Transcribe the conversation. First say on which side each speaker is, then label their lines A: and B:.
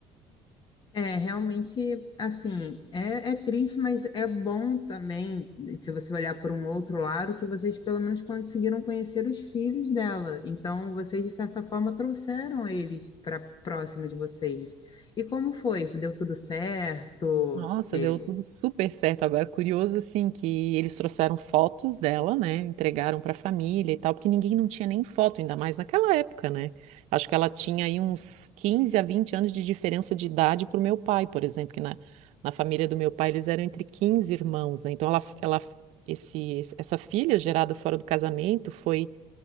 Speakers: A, on the left; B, on the right.
A: É, realmente, assim, é, é triste, mas é bom também, se você olhar por um outro lado, que vocês pelo menos conseguiram conhecer os filhos dela. Então, vocês, de certa forma, trouxeram eles para próxima de vocês. E como foi? Deu tudo certo?
B: Nossa,
A: Eu,
B: deu tudo super certo. Agora, curioso assim que eles trouxeram fotos dela, né? Entregaram para a família e tal, porque ninguém não tinha nem foto, ainda mais naquela época, né? Acho que ela tinha aí uns 15 a 20 anos de diferença de idade pro meu pai, por exemplo, que na, na família do meu pai eles eram entre 15 irmãos, né? Então ela, ela esse, esse- essa filha gerada fora do casamento foi,